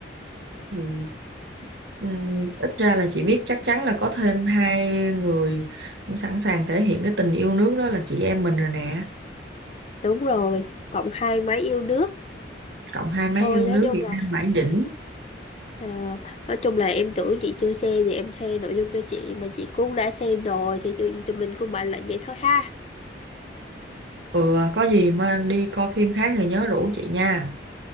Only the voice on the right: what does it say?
Ừ. Ừm, ít ra là chị biết chắc chắn là có thêm hai người cũng sẵn sàng thể hiện cái tình yêu nước đó là chị em mình rồi nè
cộng hai mấy
yêu
nước
Việt
Nam mãi đỉnh
ừ, có gì mà đi coi phim khác thì nhớ rủ chị nha